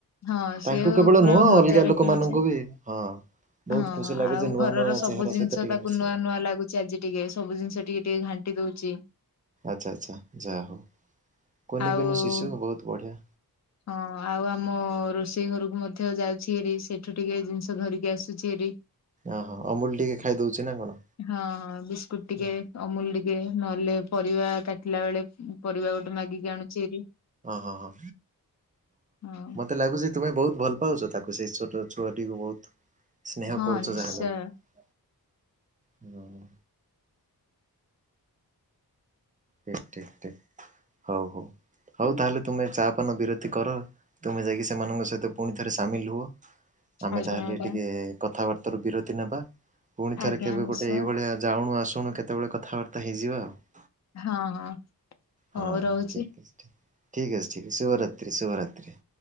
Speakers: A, on the left; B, on the right.
A: ହଁ ସେ
B: ତାଙ୍କୁ କେବଳ
A: ପୁରା
B: ନୁହଁ
A: ମଜାରେ
B: ଅଲଗା ଲୋକମାନଙ୍କୁ
A: ଖେଳୁଛି।
B: ବି, ହଁ। ବହୁତ
A: ହଁ
B: ଖୁସି ଲାଗଚି,
A: ଆଉ
B: ନୂଆ
A: ଘରର
B: ନୂଆ
A: ସବୁ
B: ଚେହେରା
A: ଜିନିଷ
B: ସହିତ ଟିକେ
A: ତାକୁ
B: ମିଶ
A: ନୂଆ ନୂଆ ଲାଗୁଛି ଆଜି ଟିକେ, ସବୁ ଜିନିଷ ଟିକେ ଟିକେ ଘାଣ୍ଟି ଦଉଛି।
B: ଆଚଛା ଆଚ୍ଛା ଯାହା ହଉ। କୁନି
A: ଆଉ
B: କୁନି ଶିଶୁ ବହୁତ ବଢିଆ।
A: ହଁ ଆଉ ଆ ଆ ରୋଷେଇ ଘରକୁ ମଧ୍ୟ ଯାଉଛି ହେରି ସେଇଠୁ ଟିକେ ଜିନିଷ ଧରିକି ଆସୁଛି ହେରି।
B: ଓହୋ, ଅମୁଲ ଟିକେ ଖାଇଦଉଛି ନା କଣ?
A: ହଁ। ବିସ୍କୁଟ ଟିକେ,
B: ହଁ
A: ଅମୁଲ ଟିକେ ନହେଲେ ପରିବା କାଟିଲା ବେଳେ ପରିବା ଗୋଟେ ମାଗିକି ଆଣୁଛି ଏରି।
B: ହଁ ହଁ
A: ହଁ।
B: ମତେ ଲାଗୁଛି ତୁମେ ବହୁତ ଭଲ ପାଉଛ ତାକୁ, ସେଇ ଛୋଟ ଛୁଆଟିକୁ ବହୁତ। ସ୍ନେହ
A: ହଁ
B: କରୁଛ
A: ନିଶ୍ଚୟ
B: <unintelligible> ହୁଁ। ଠିକ ଠିକ ଠିକ। ହଉ ହଉ, ହଉ ତାହେଲେ ତୁମେ ଚା ପାନ ବିରତି କର। ତୁମେ ଯାଇକି ସେମାନଙ୍କ ସହିତ ପୁଣି ଥରେ ସାମିଲ ହୁଅ। ଆମେ
A: ଆଜ୍ଞା
B: ତାହେଲେ
A: ଆଜ୍ଞା।
B: ଟିକେ କଥାବାର୍ତ୍ତାରୁ ବିରତି ନେବା। ପୁଣି ଥରେ
A: ଆଜ୍ଞା
B: କେବେ
A: ନିଶ୍ଚୟ
B: ଗୋଟେ ଏଇଭଳିଆ ଯାଉଣୁ ଆସୁଣୁ କେତେବେଳେ କଥାବାର୍ତ୍ତା ହେଇଯିବା ଆଉ।
A: ହଁ ହଁ। ହଉ
B: ହଁ ହଁ
A: ରହୁଛି।
B: <unintelligible> ଠିକ୍ ଅଛି ଠିକ୍ ଅଛି ଶୁଭରାତ୍ରି ଶୁଭରାତ୍ରି।